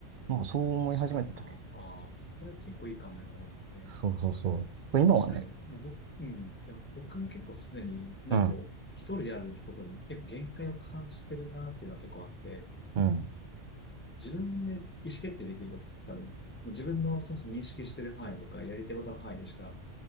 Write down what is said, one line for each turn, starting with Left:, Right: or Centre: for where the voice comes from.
Right: なんかそう思い始めた時に、
Left: 確かにな。ああ、それ結構いい考え方ですね。
Right: そうそうそう。今はね、
Left: 確かに、もう僕、うん、いや、僕も結構すでにね、なんかこう、
Right: うん、
Left: 一人でやることに結構限界を感じてるなっていうのは結構あって、
Right: うん、
Left: 自分で意思決定できることって多分、自分のそもそも認識してる範囲とか、やりたいことの範囲でしか、